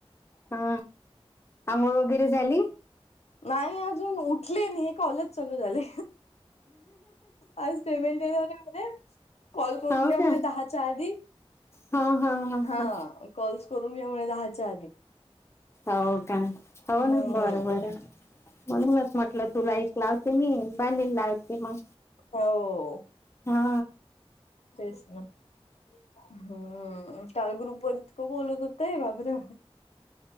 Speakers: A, on the left; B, on the left.
A: हा आंघोळ वगैरे झाली
B: नाही अजून उठले नाही हे कॉलेज चालू झाले आज पेमेंट येणार मध्ये कॉल करून
A: हो
B: घ्या
A: का
B: म्हणे दहाच्या आधी
A: हा हा ह ह
B: ह कॉल्स करून घ्या म्हणे दहाच्या अधिक
A: हो का हो
B: हम्म.
A: ना बरं बरं म्हूनच म्हटलं तुला एकक लावते मी बलेल लावते मग
B: हो
A: हा
B: तेच ना हम् कालगरुपर त बोलत ते बापरे